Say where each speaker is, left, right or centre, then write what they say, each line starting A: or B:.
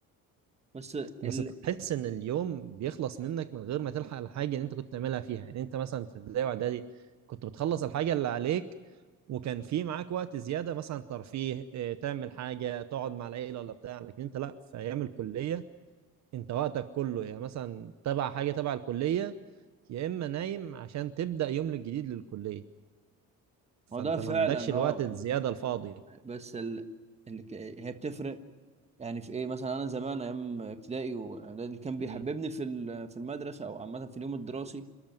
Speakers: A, on the right; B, on the right.
A: بس ال...
B: بس تحس إن اليوم بيخلص منك من غير ما تلحق الحاجة اللي أنت كنت تعملها فيها يعني أنت مثلا في ابتدائي وإعدادي كنت بتخلص الحاجة اللي عليك وكان في معاك وقت زيادة مثلا ترفيه إيه، تعمل حاجة تقعد مع العيلة ولا بتاع لكن أنت لأ في أيام الكلية أنت وقتك كله يعني مثلا تبع حاجة تبع الكلية يا اما نايم عشان تبدا يوم الجديد للكليه
A: هو
B: فانت
A: ده فعلا
B: ما عندكش الوقت
A: اه
B: الزياده الفاضي
A: بس ال... اللي ك... هي بتفرق يعني في ايه مثلا انا زمان ايام ابتدائي وده اللي كان بيحببني
B: مم.
A: في ال- في المدرسه او عامه في اليوم الدراسي